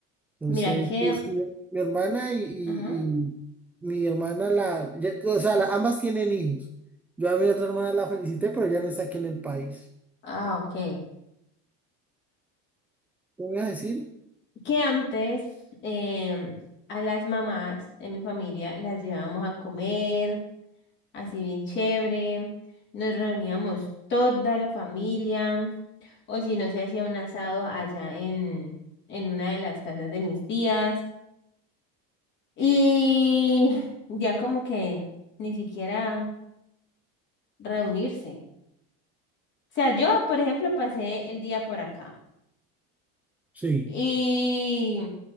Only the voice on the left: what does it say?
Mira que...
Ajá.
Ah, ok.
Que antes em, a las mamás en mi familia las llevábamos a comer, así bien chévere. Nos reuníamos toda la familia. O si no, se hacía un asado allá en, en una de las casas de mis tías. Y ya como que ni siquiera reunirse. O sea, yo, por ejemplo, pasé el día por acá.
Y